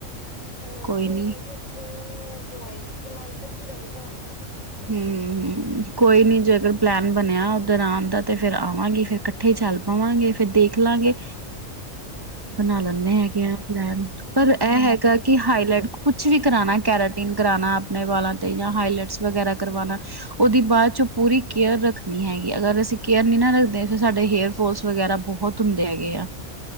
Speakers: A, on the left (about 70°); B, on the right (about 20°).
A: ਹਾਂ,
B: ਕੋਈ
A: ਤੇ
B: ਨੀ
A: ਮੈਂ ਕਿਹਾ ਜੂਨ ਜਾਂ ਜੁਲਾਈ, ਜੁਲਾਈ ਤੱਕ ਹੀ ਰਹੇਗਾ।
B: ਹਮ ਹਮ, ਕੋਈ ਨੀ ਜੇ ਅਗਰ ਪਲੈਨ ਬਣਿਆ, ਉੱਧਰ ਆਉਣ ਦਾ ਤੇ ਫੇਿਰ ਆਵਾਂਗੀ ਫਿਰ ਇੱਕਠੇ ਚੱਲ ਪਾਵਾਂਗੇ, ਫੇਿਰ ਦੇਖ ਲਾਂਗੇ ਬਣਾ ਲੈਂਦੇ
A: ਹਾਂ
B: ਹੈਗੇ
A: ਹਾਂ
B: ਆ ਪਲੈਨ,
A: ਹਾਂ
B: ਪਰ ਇਹ ਹੈਗਾ ਕਿ ਹਾਈਲਾਈਟ ਕੁਛ ਵੀ ਕਰਾਉਣਾ, ਕੈਰਾਟੀਨ ਕਰਾਉਣਾ ਆਪਣੇ ਵਾਲਾਂ ਤੇ, ਜਾਂ ਹਾਈਲਾਈਟਸ ਵਗੈਰਾ ਕਰਵਾਉਣਾ ਉਹਦੀ ਬਾਅਦ 'ਚੋਂ ਪੂਰੀ ਕੇਅਰ ਰੱਖਣੀ ਹੈਗੀ, ਅਗਰ ਅਸੀਂ ਕੇਅਰ ਨੀ ਨਾ ਰੱਖਦੇ, ਫਿਰ ਸਾਡੇ ਹੇਅਰ ਫਾਲਸ ਵਗੈਰਾ ਬਹੁਤ ਧੁੰਮਦੇ ਹੈਗੇ ਆ।